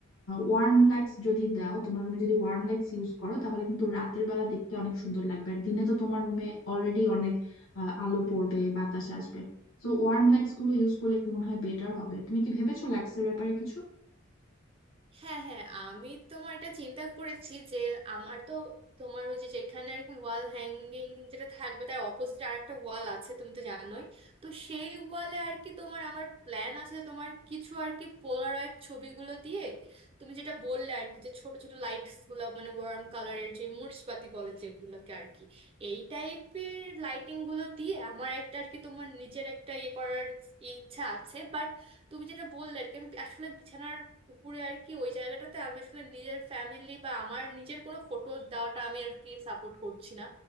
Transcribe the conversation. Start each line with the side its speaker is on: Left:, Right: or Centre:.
Left: ওয়ার্ম লাইটস যদি দাও তোমার রুমে যদি ওয়ার্ম লাইটস ইউজ করো তাহলে কিন্তু রাতের বেলা দেখতে অনেক সুন্দর লাগবে আর দিনে তো তোমার রুমে অলরেডি অনেক আহ, আলো পড়বে বাতাস আসবে তো ওয়ার্ম লাইটস গুলো ইউজ করলে মনে হয় বেটার হবে তুমি কি ভেবেছো লাইটস এর ব্যাপারে কিছু
Right: হ্যাঁ হ্যাঁ আমি তোমার এটা চিন্তা করেছি যে আমার তো তোমার ওই যে যেখানে আর কি ওয়াল হ্যাঙ্গিং যেটা থাকবে তার অপোজিট আর একটা ওয়াল আছে তুমি তো জানোই তো সেই ওয়ালে আর কি তোমার আমার প্ল্যান আছে যে তোমার কিছু আর কি পোলারয়েড ছবিগুলো দিয়ে তুমি যেটা বললে আর কি যে ছোট ছোট লাইটস গুলো মানে ওয়ার্ম কালারের যে মরিচবাতি বলে যেগুলোকে আর কি এই টাইপের লাইটিং গুলো দিয়ে আমার একটা আর কি তোমার নিজের একটা ইয়ে করার ইচ্ছা আছে বাট তুমি যেটা বললে আর কি আমি আসলে বিছানার উপরে আর কি ওই জায়গাটাতে আমি আসলে নিজের ফ্যামিলি বা আমার নিজের কোনো ফটো দেওয়াটা আমি আর কি সাপোর্ট করছি না